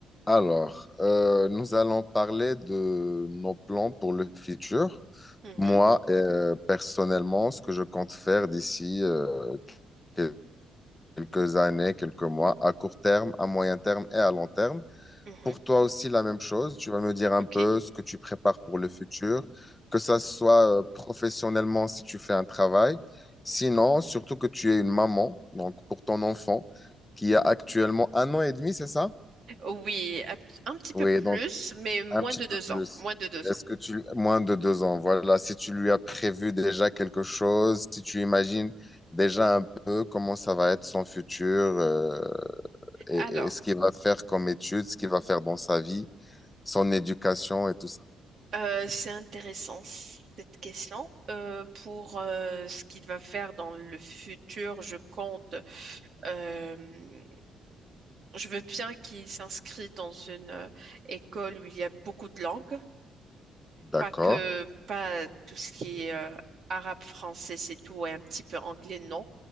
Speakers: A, on the left; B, on the right.
A: Alors, euh, nous allons parler de nos plans pour le futur.
B: Mhm,
A: Moi, euh, personnellement, ce que je compte faire d'ici euh, quel- quelques années, quelques mois, à court terme, à moyen terme et à long terme.
B: mhm,
A: Pour toi aussi, la même chose. Tu vas me dire un
B: ok.
A: peu ce que tu prépares pour le futur, que ça soit euh, professionnellement si tu fais un travail. Sinon, surtout que tu es une maman, donc pour ton enfant qui a actuellement un an et demi, c'est ça?
B: Oui, un p- un petit peu
A: Oui,
B: plus,
A: donc
B: mais moins
A: Un petit
B: de deux
A: peu plus.
B: ans. Moins de deux
A: Est-ce
B: ans.
A: que tu... Moins de deux ans, voilà. Si tu lui as prévu déjà quelque chose, si tu imagines déjà un peu comment ça va être son futur euh, et,
B: Alors,
A: et ce qu'il va faire comme études, ce qu'il va faire dans sa vie, son éducation et tout ça.
B: euh, c'est intéressant cette question. Euh, pour euh, ce qu'il va faire dans le futur, je compte. euh, je veux bien qu'il s'inscrit dans une euh, école où il y a beaucoup de langues.
A: D'accord,
B: Pas que, pas tout ce qui est euh, arabe, français, c'est tout, et un petit peu anglais, non.